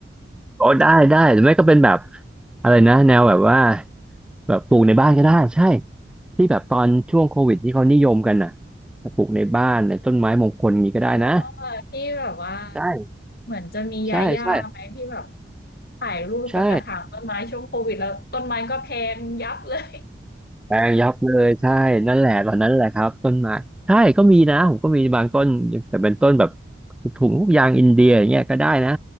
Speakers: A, in the centre; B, on the left.
A: อ๋อได้ได้หรือไม่ก็เป็นแบบอะไรนะแนวแบบว่าแบบปลูกในบ้านก็ได้ใช่ที่แบบตอนช่วงโควิดที่เขานิยมกันน่ะปลูกในบ้านในต้นไม้มงคลนี้ก็ได้นะ
B: อ๋อที่แบบว่า
A: ใช่
B: เหมือนจะมียาย่าไหมที่แบบ
A: ใช่ใช่
B: ถ่ายรูปกับกระถางต้นไม้ช่วงโควิดแล้วต้นไม้ก็แพงยับเลย
A: ใช่แปลงยับเลยใช่นั่นแหละตอนนั้นแหละครับต้นไม้ใช่ก็มีนะผมก็มีบางต้นแต่เป็นต้นแบบถุงพวกยางอินเดียอย่างเงี้ยก็ได้นะ